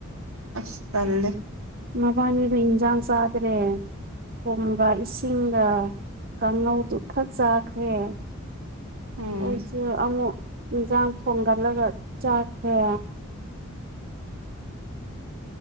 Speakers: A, on the right (about 85°); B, on the right (about 45°).
A: ꯑꯁ ꯇꯟꯂꯦ
B: ꯃꯕꯥꯅꯤꯗꯣ ꯏꯟꯖꯥꯡ ꯆꯥꯗ꯭ꯔꯦ ꯊꯨꯝꯒ ꯏꯁꯤꯡꯒ ꯀꯥꯡꯉꯧꯗꯨ ꯈꯔ ꯆꯥꯈ꯭ꯔꯦ
A: ꯎꯝ
B: ꯑꯩꯁꯨ ꯑꯃꯨꯛ ꯏꯟꯁꯥꯡ ꯊꯣꯡꯒꯠꯂꯒ ꯆꯥꯈ꯭ꯔꯦ